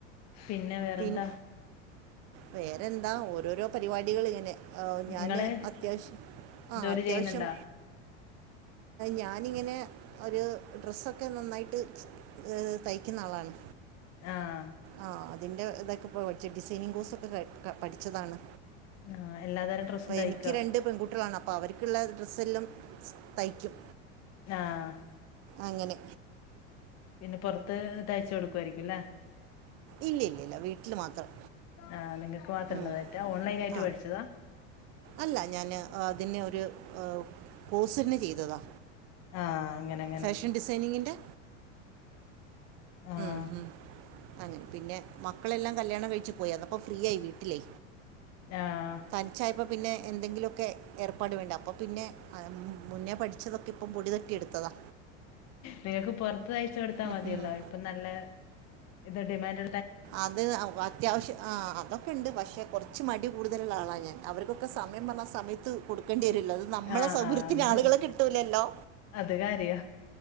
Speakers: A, on the left; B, on the right.
A: പിന്നെ വേറെന്താ
B: പിൻ വേറെന്താ ഓരോരോ പരിപാടികളിങ്ങനെ. ഞാന്
A: നിങ്ങള്
B: അത്യാവശ്യം ആ
A: ജോലി
B: അത്യാവശ്യം.
A: ചെയ്യുന്നുണ്ടാ
B: ഞാനിങ്ങനെ ഒരു ഡ്രസ്സൊക്കെ നന്നായിട്ട് തയ്ക്കുന്ന ആളാണ്.
A: ആഹ്
B: ആഹ് അതിൻ്റെ ഇതൊക്കെ ഇപ ഡിൈനിങ് കോഴ്സ്ക്കെ പഠിച്ചതാണ്.
A: ആഹ് എല്ലാതരം ഡ്രസ്സും
B: അപ്പ
A: തയ്ക്കോ
B: എനിക്ക് രണ്ട് പെൺകുട്ടികളാണ്. അപ്പ അവർക്കുള്ള ഡ്രസ്സെല്ലാം തയ്ക്കും.
A: ആഹ്
B: അങ്ങനെ
A: പിന്നെ പുറത്ത് തയ്ച്ച കൊടുക്കയിരിക്കും ല്ലേ?
B: ഇല്ല ഇല്ലില്ല വീ ട്ടില് മാത്രം.
A: ആഹ് നിങ്ങക്ക് മാത്രംള്ളതായിട്ടാ
B: ഉം.
A: ഓൺലൈൻയിട്ട്
B: ആ
A: പഠിച്ചതാ?
B: അല്ല ഞാന് അതിനെ ഒരു കോഴ്സന്നെ ചെയ്തതാ.
A: ആഹ് അങ്ങനെ അങ്ങനെ
B: ഫാഷൻ ഡിസൈനിങ്ങിന്റെ
A: ആഹ്
B: ഉം അങ്ങനെ പിന്നെ മക്കളെല്ലാം കല്യാണം കഴിച്ചു പോയി അന്നപ്പോ ഫ്രീയയി വീട്ടിലേ.
A: ആഹ്
B: തനിച്ചായപ്പോ പിന്നെ എന്തെങ്കിലക്കെ ഏർപ്പാട് വേണ്ട അപ്പോ പിന്നെ മുന്നേ പഠിച്ചതൊക്കെ അപ്പം പൊടി തട്ടി എടുത്തതാ.
A: നിങ്ങൾക്ക് പുറത്ത് തയച്ച കൊടുത്താ
B: ഉം,
A: മതിയല്ലോ
B: ഉം.
A: ഇപ്പ നല്ല ഇത് ഡിമാൻഡ്
B: അത് അത്യാവശ്യം ആ അതൊക്കെണ്ട് പക്ഷെ കുറച്ച് മടി കൂടുതലുള്ള ആളാണ് ഞാൻ. അവർക്കൊക്കെ സമയം പറഞ്ഞാ സമയത്ത് കൊടുക്കേണ്ടിരുല്ലോ അത് നമ്മളെ
A: ആഹ്
B: സൗകര്യത്തിന്
A: ആഹ് അങ്ങനെണ്ട്
B: ആളുകളെ കിട്ടൂലല്ലോ.
A: അത് കാര്യാ